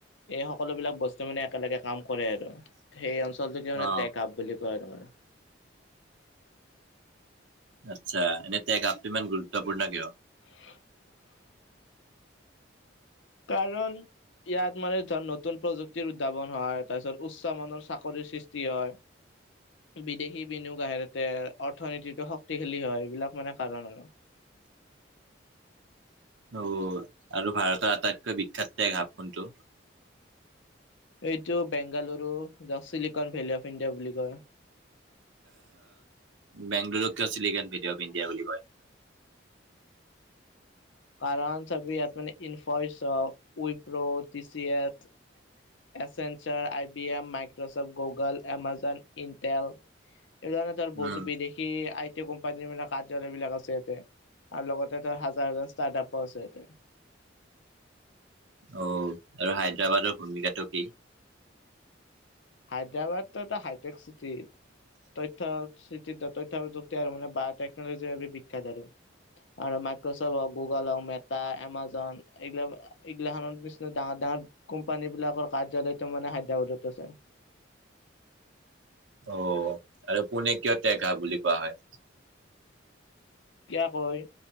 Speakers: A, on the left (about 75°); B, on the right (about 75°).
A: এই সকলোবিলাক বস্তু মানে একেলগে কাম কৰে আৰু সেই অঞ্চলটোকে মানে
B: অ
A: টেক আপ বুলি কয় আৰু মানে
B: আচ্ছা এনে টেক আপ ইমান গুৰুত্বপূৰ্ণ কিয়?
A: <inaudible> কাৰণ ইয়াত মানে ধৰ নতুন প্ৰযুক্তিৰ উদ্ভাৱন হয় তাৰ পিছত উচ্চ মানৰ চাকৰিৰ সৃষ্টি হয়
B: <inaudible>
A: বিদেশী বিনিয়োগ আহে তাতে অৰ্থনীতিটো শক্তিশালী হয় এইবিলাক মানে কাৰণ আৰু
B: অ' আৰু ভাৰতৰ আটাইতকৈ বিখ্যাত টেক হাব কোনটো?
A: এইটো Bengaluru the silicon valley of India বুলি কই।
B: বেংলৰুক কিয় চিলিকন ভিলী অফ ইণ্ডিয়া বুলি কয়?
A: কাৰণ চাবি ইয়াত মানে Infosys, Wipro, T C S Accenture, I B M, Microsoft, Google, Amazon Intel এই ধৰণে বহুতো
B: উম,
A: বিদেশী আই টি কোম্পানীৰ কাৰ্যালয় বিলাক আছে ইয়াতে। আৰু লগতে ধৰ হাজাৰ হাজাৰ ষ্টাৰ্ট আপো আছে য়াতে
B: অ', আৰু হায়দৰাবাদৰ ভূমিকাটো কি?
A: হায়দৰাবাদটো এটা হাইটেক চিটি তথ্য চিতি তথ্য প্ৰযুক্তি আৰু মানে বায় টেকনলজিৰ বাবে বিখ্যাত আৰু আৰু মাইক্ৰচফ্ট হওক, গুগল হওক, মেটা, এমাজন এইবিলাক এইগিলাখনৰ বিছিনা ডাঙৰ ডাঙৰ কোম্পানী বিলাকৰ কাৰ্যালয়তটো মানে হায়দৰাবাদত আছে।
B: অ', আৰু পোনেক কিয় টেক হাব বুলি কোৱা হয়?
A: কিয়া কয়